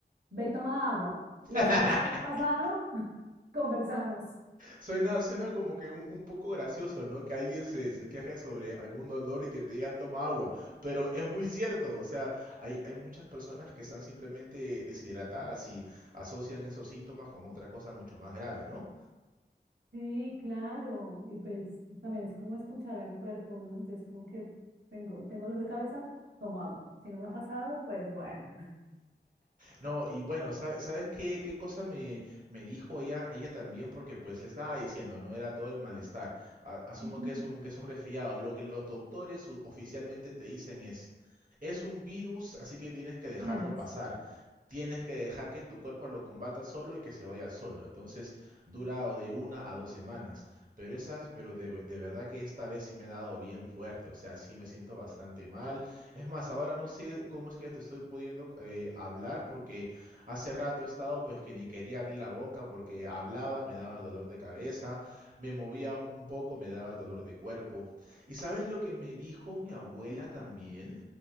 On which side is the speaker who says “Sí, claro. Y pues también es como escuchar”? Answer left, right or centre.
Right